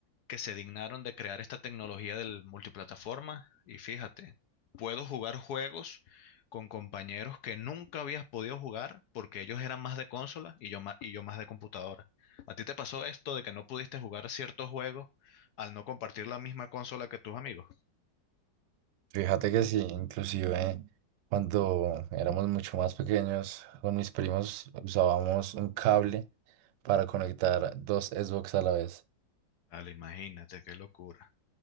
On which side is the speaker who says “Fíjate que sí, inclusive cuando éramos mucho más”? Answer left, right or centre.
Right